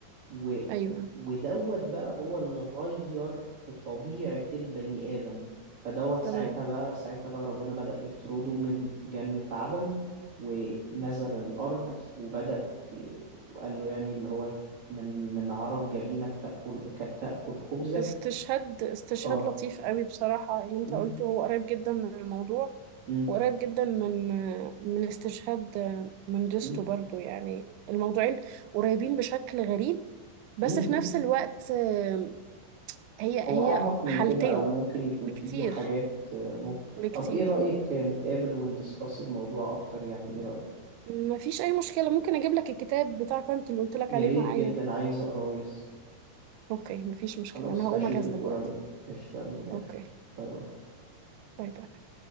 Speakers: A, on the right (about 35°); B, on the right (about 85°).
A: و...
B: أيوه
A: ودوت بقى هو اللي غير في طبيعة البني آدم فدوت ساعتها
B: تمام
A: بقى ساعتها بقى ربنا بدأ يطرده من جنة عدن ونزل الأرض وبدأ ي- وقال له يعني اللي هو من من عرق جبينك تأكل ك- تأكل خبزك
B: استشهاد استشهاد
A: اه
B: لطيف قوي بصراحة اللي انت
A: م-
B: قلته هو قريب جدا من الموضوع
A: م-
B: وقريب جدا من من استشهاد من جستو
A: م-
B: برضو يعني الموضوعين قريبين بشكل غريب بس
A: م-
B: في نفس
A: م-
B: الوقت آه، هي
A: هو
B: هي
A: أعمق
B: حالتين
A: من كده أو ممكن يكون
B: بكتير
A: فيه حاجات آه، م...
B: بكتير
A: طب إيه رأيك نتقابل وندسكاس الموضوع أكتر يعني إيه رأيك؟
B: مفيش اي مشكله ممكن اجيب لك الكتاب بتاع كانت اللي قلت لك
A: يا
B: عليه
A: ريت
B: معايا
A: جدا عايز أقرايس
B: اوكي مفيش مشكله
A: خلاص
B: انا هقوم
A: أشوفك
B: اجهز دلوقتي
A: قريب قشطة أنا جايلك
B: اوكي
A: باي باي
B: باي باي